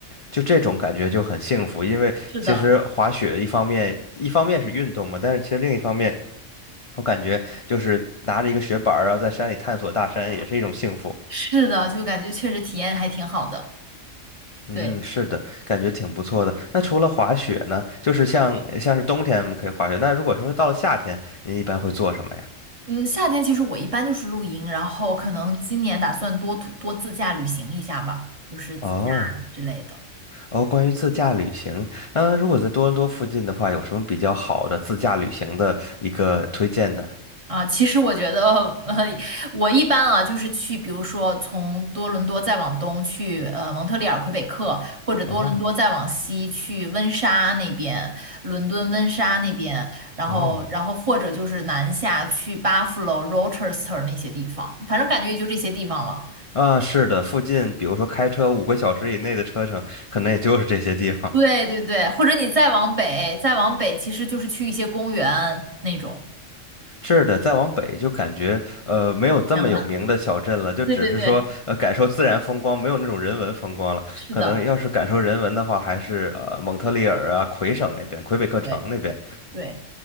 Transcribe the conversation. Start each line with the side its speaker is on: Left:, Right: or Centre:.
Left: 就这种感觉就很幸福，因为其实滑雪一方面一方面是运动嘛，
Right: 是的，
Left: 但是其实另一方面，我感觉就是拿着一个雪板儿然后在山里探索大山，也是一种幸福。
Right: 是的，就感觉确实体验还挺好的。
Left: 嗯，
Right: 对，
Left: 是的，感觉挺不错的。那除了滑雪呢，就是像像是冬天我们可以滑雪，那如果说到了夏天，您一般会做什么呀？
Right: 嗯，夏天其实我一般就是露营，然后可能今年打算多徒多自驾旅行一下吧，就是自驾之类的。
Left: 哦哦，关于自驾旅行，嗯、如果在多伦多附近的话，有什么比较好的自驾旅行的一个推荐的？
Right: 啊，其实我觉得，呃，我一般啊，就是去，比如说从多伦多再往东去，呃，蒙特利尔、魁北克，或者多伦多再往西去温莎那边，
Left: 哦
Right: 伦敦温莎那边，然后，
Left: 哦。
Right: 然后或者就是南下去 Buffalo、Rochester 那些地方，反正感觉也就这些地方了。
Left: 啊，是的，附近比如说开车五个小时以内的车程，可能也就是这些地方。
Right: 对对对，或者你再往北，再往北其实就是去一些公园那种。
Left: 是的，再往北就感觉呃没有这么有名的小镇了，
Right: 天了，<laughs>
Left: 就只是说呃感受自然风光，
Right: 对对对，
Left: 没有那种人文风光了。
Right: 是的，
Left: 可能要是感受人文的话，还是呃蒙特利尔啊、魁省那边、魁北克城那边。
Right: 对对